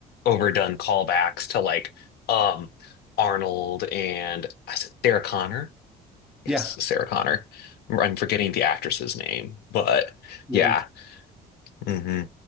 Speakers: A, on the left (about 70°); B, in the centre.
A: overdone callbacks to like um Arnold and is it Sarah Connor. Yes,
B: Yeah,
A: Sarah Connor. I'm forgetting the actress's name, but
B: yeah,
A: yeah.
B: me too.
A: mm-hmm.